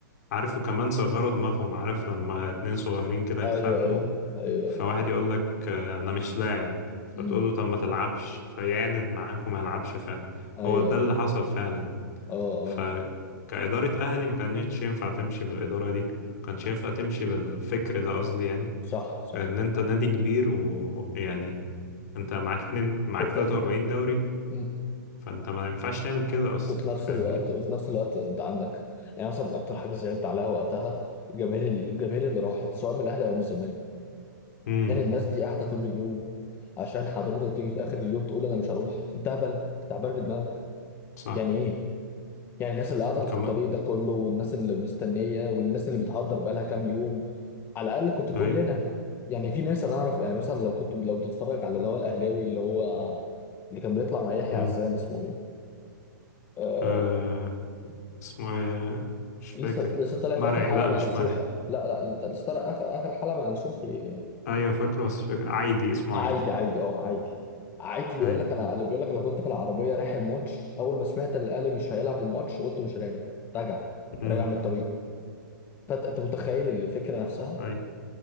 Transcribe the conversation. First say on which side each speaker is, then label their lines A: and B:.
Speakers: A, on the left; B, on the left.
A: عارفوا كمان صغروا دماغهم عارف لما اتنين صغيرين كده يتخانقوا
B: ايوه ايوه ايوه
A: فواحد
B: ايوه
A: يقول لك آه، انا مش لاعب فتقول
B: امم
A: له طب ما تلعبش فيعاند معاك وما يلعبش فعلا
B: ايوه
A: هو ده اللي
B: ايوه
A: حصل فعلا
B: اه اه
A: فكإدارة اهلي ما كانتش ينفع تمشي بالإدارة دي ما كانش ينفع تمشي بالفكر ده قصدي يعني
B: صح صح
A: ان انت نادي كبير ويعني انت معاك اتنين معاك
B: وفي
A: 43
B: ن-
A: دوري
B: مم.
A: فانت ما ينفعش تعمل كده اصلا
B: وفي نفس
A: فاهمني
B: الوقت وفي نفس الوقت انت عندك يعني مثلا اكتر حاجه زعلت عليها وقتها الجماهير الجماهير اللي راحت سواء من الاهلي او من الزمالك
A: امم
B: يعني الناس دي قاعده طول اليوم عشان حضرتك تيجي في اخر اليوم تقول انا مش هروح انت هبل تعبان في دماغك
A: صح
B: يعني ايه يعني الناس اللي قطعت
A: كمان
B: الطريق ده كله والناس اللي مستنيه والناس اللي بتهدر بقالها كام يوم على الاقل كنت تقول
A: اي
B: لنا يعني في ناس انا اعرف يعني مثلا لو كنت لو تتفرج على اللي هو الاهلاوي اللي هو اللي كان بيطلع مع يحيى
A: امم
B: عزام اسمه ايه آه
A: آه. اسمه ايه مش فاكر
B: لسه لسه طالع
A: مرعي
B: في اخر حلقه
A: لا
B: مع
A: مش
B: نسوحه
A: مرعي
B: لا لا انت لسه طالع اخر اخر حلقه مع نسوحي
A: ايوه فاكره بس مش فاكر عادي اسمه
B: عادي
A: عادي
B: عادي اه عادي عادي بيقول
A: اي
B: لك انا اللي بيقول لك انا كنت في العربيه رايح الماتش اول ما سمعت ان الاهلي مش هيلعب الماتش قلت مش راجع راجع
A: امم
B: راجع من الطريق فانت أنت متخيل الفكره نفسها
A: اي